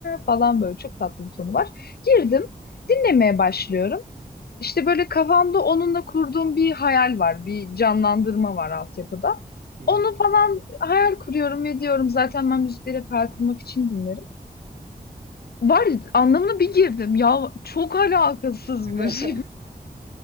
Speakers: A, on the left; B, on the right.
A: falan böyle çok tatlı bir tonu var. Girdim dinlemeye başlıyorum. İşte böyle kafamda onunla kurduğum bir hayal var, bir canlandırma var altyapıda.
B: Hı hı.
A: Onu falan hayal kuruyorum ve diyorum zaten ben müzikleri hep hayal kurmak için dinlerim. Var anlamına bir girdim. Ya çok alakasızmış.
B: <laughs>